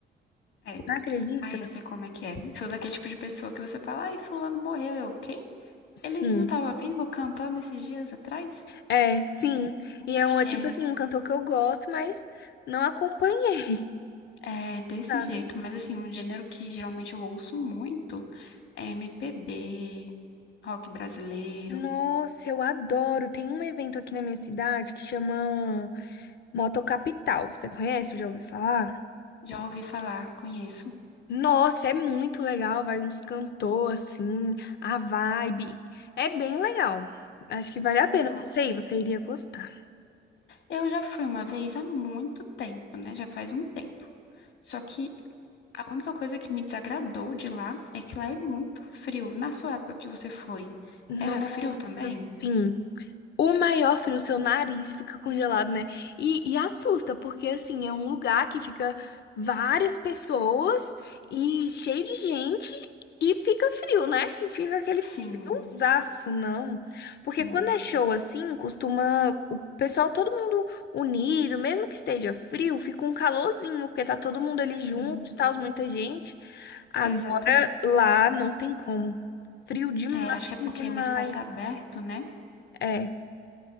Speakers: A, on the left (about 75°); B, on the left (about 55°).
A: É,
B: Não acredita?
A: aí eu sei como é que é. Sou daquele tipo de pessoa que você fala, ai, fulano morreu. Eu, quem?
B: Sim.
A: Ele não estava vivo cantando esses dias atrás?
B: É, sim.
A: Um
B: E é
A: gênero
B: um, é tipo assim, um cantor que eu gosto, mas não acompanhei,
A: é desse
B: <laughs> sabe?
A: jeito, mas assim, um gênero que geralmente eu ouço muito é MPB, rock brasileiro.
B: Nossa, eu adoro. Tem um evento aqui na minha cidade que chama Moto Capital. Você conhece? Já ouviu falar?
A: Já ouvi falar, conheço.
B: Nossa, é muito legal. Vai uns cantor assim, a vibe. É bem legal. Acho que vale a pena
A: Nossa.
B: você ir, você iria gostar.
A: Eu já fui uma vez há muito tempo, né? Já faz um tempo. Só que a única coisa que me desagradou de lá é que lá é muito frio. Na sua época que você foi,
B: Nossa,
A: era frio também?
B: sim. O maior frio, seu nariz fica congelado, né? E, e assusta, porque assim, é um lugar que fica várias pessoas e cheio de gente e fica frio, né? E fica aquele friozaço,
A: Sim,
B: não. Porque
A: sim,
B: quando é show assim, costuma o pessoal, todo mundo unido, mesmo que esteja frio, fica um calorzinho, porque tá todo mundo ali junto,
A: sim.
B: tá muita gente. Agora
A: Exatamente.
B: lá não tem como. Frio demais,
A: É, acho que é porque
B: demais.
A: o espaço é aberto, né?
B: É.